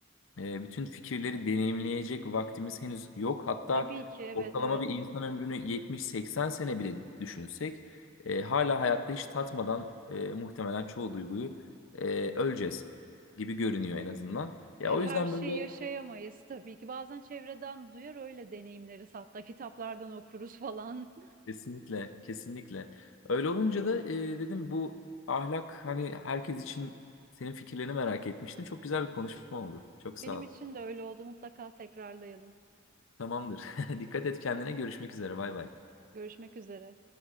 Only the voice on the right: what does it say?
Tabii ki evet
evet.
E,
Her
şeyi
yaşayamayız tabii ki. Bazen çevreden duyar öyle deneyimleriz hatta kitaplardan okuruz falan.
<laughs>
Benim için
de öyle oldu mutlaka tekrarlayalım.
Görüşmek üzere.